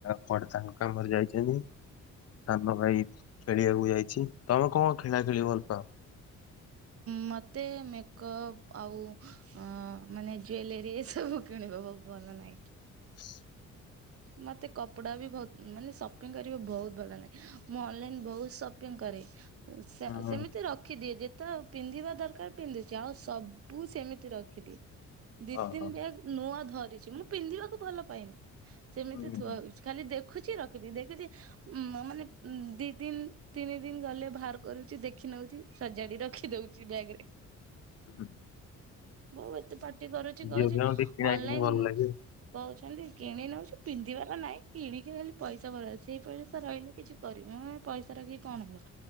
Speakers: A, on the left; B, on the right.
A: କୁଆଡେ ତାଙ୍କ୍ କାମରେ ଯାଇଛନ୍ତି। ସାନ ଭାଇ ଖେଳିବାକୁ ଯାଇଛି। ତମେ କଣ ଖେଳା ଖେଳି ଭଲ୍ ହ।
B: ମତେ ମେକଅପ୍ ଆଉ ଅଁ ମାନେ ଜ୍ୟୁଲେରୀ ଏ ସବୁ କିଣିବା ବହୁତ୍ ଭଲ ଲାଗେ।
A: ହ
B: ମତେ କପଡା ବି ବହୁତ୍ ମାନେ ସପିଙ୍ଗ୍ କରିବା ବହୁତ ଭଲଲାଗେ। ମୁଁ ଅନଲାଇନ୍ ବହୁତ ସପିଙ୍ଗ୍ କରେ।
A: ହଁ
B: ସେମିତି ରଖିଦିଏ ଯେତ୍ ତ ପିନ୍ଧିବା ଦରକାର ପିନ୍ଧୁଚି। ଆଉ ସବୁ ସେମିତି ରଖଦିଏ। ଦି
A: ହଁ
B: ତିନି
A: ହଁ।
B: ବ୍ୟାଗ୍ ନୂଆ ଧରିଚି। ମୁଁ ପିନ୍ଧିବାକୁ ଭଲ ପାଏନି। ସେମିତି
A: ହୁଁ, ହୁଁ।
B: ଥୁଆ ହୋଇଚିୂ। ଖାଲି ଦେଖୁଚି ରଖୁଚି ଦେଖୁଚି। ଉଁ ମୋ ମାନେ ଦି ଦିନ ତିନି ଦିନ ଗଲେ ବାହାର କରୁଚି ଦେଖି ନଉଚି। ସଜାଡି ରଖି ଦଉଚି ବ୍ୟାଗ ରେ।
A: ହୁଁ ହୁଁ
B: ବୋଉ ଏତେ ପାଟି କରୁଚି
A: ଝିଅ
B: କହୁଚି
A: ପିଲାଙ୍କୁ ଟିକେ କିଣା
B: ଅନଲାଇନ୍
A: କିଣି ଭଲ ଲାଗେ।
B: କହୁଛନ୍ତି କିଣି ନଉଛି ପିନ୍ଧିବାର ନାଇଁ କିଣିକି ଖାଲି ପଇସା ବର୍ବାଦ ସେଇ ପଇସା ରହିଲେ କିଛି କରିିବି ମୁଁ ପଇସା ରଖିକି କଣ ହବ?